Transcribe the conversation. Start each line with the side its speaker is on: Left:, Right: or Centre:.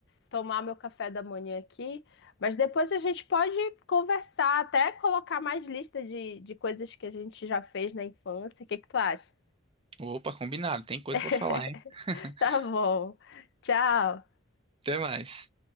Left: tomar meu café da manhã aqui, mas depois a gente pode conversar, até colocar mais lista de, de coisas que a gente já fez na infância. O que que tu acha?
Right: Opa, combinado, tem coisa
Left: <laughs>
Right: pra falar, hein? <laughs>
Left: Tá bom. Tchau.
Right: Até mais.